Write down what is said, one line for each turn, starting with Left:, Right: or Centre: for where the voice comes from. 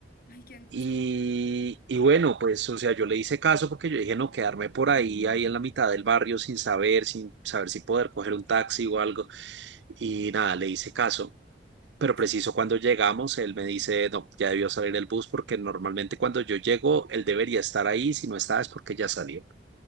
Left: Ay, qué angustia.
Right: Y, y bueno, pues, o sea, yo le hice caso porque yo dije, no, quedarme por ahí, ahí en la mitad del barrio sin saber, sin saber si poder coger un taxi o algo. Y nada, le hice caso. Pero
Left: Sí.
Right: preciso cuando llegamos, él me dice, no, ya debió salir el bus porque normalmente cuando yo llego, él debería estar ahí, si no está es porque ya salió.